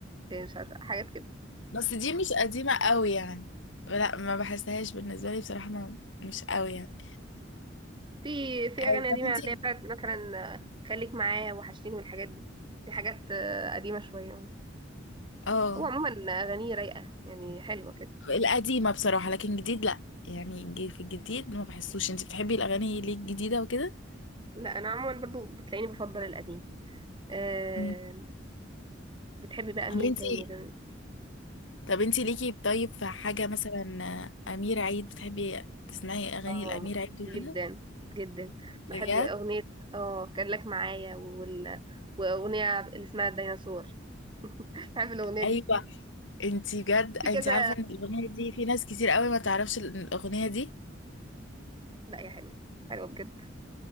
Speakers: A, on the right (about 25°); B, on the left (about 70°).
A: إيه، مش عارفه حاجات كده
B: بس دي مش قديمه قوي يعني لا ما بحسهاش بالنسبه لي بصراحه ما مش قوي يعني
A: في في
B: آه،
A: اغاني
B: طب
A: قديمه
B: انت
A: اللي هي بتاعت مثلا آه، خليك معايا وحشتيني والحاجات دي دي حاجات آه، قديمه شويه أهو.
B: اه
A: هو عموما اغانيه رايقه يعني حلوه كده
B: القديمه بصراحه لكن جديد لا يعني الج- في الجديد ما بحسوش انت بتحبي الاغاني ليه الجديده وكده
A: لا انا عموما برضو بتلاقيني بفضل القديم آه،
B: امم
A: بتحبي بقى مين
B: بنتي
A: تاني غير
B: طب انتي ليكي طيب في حاجة مثلا آه، أمير عيد بتحبي تسمعي أغاني
A: اه
B: الأمير عيد وكده
A: جدا جدا بحب
B: بجد
A: اغنية اه كان لك معايا وال... واغنية اللي اسمها الديناصور <laughs> بحب الاغنية
B: أيوة
A: دي
B: انتي بجد
A: في
B: انتي
A: كذا
B: عارفة ان الأغنية دي في ناس كتير قوي ما تعرفش ال- الأغنية دي
A: لا يا حلوة حلوة بجد